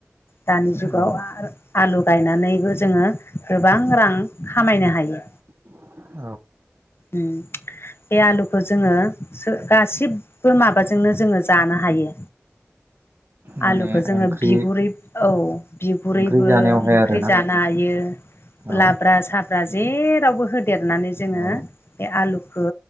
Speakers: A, on the left; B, on the right.
A: दानि जुगाव
B: औ
A: आरो आलु गायनानैबो जोङो गोबां रां खामायनो हायो।
B: <inaudible>
A: उ <inaudible> बे आलुखौ जोङो गासिबो माबाजोंनो जोङो जानो हायो।
B: माने
A: आलुखौ जोङो
B: ओंख्रि
A: बिगुरै औ बिगुरैबो
B: ओंख्रि जानायावहाय
A: ओंख्रि
B: आरोना
A: जानो हायो।
B: औ
A: लाब्रा साब्रा जेरावबो होदेरनानै जोङो
B: औ
A: बे आलुखौ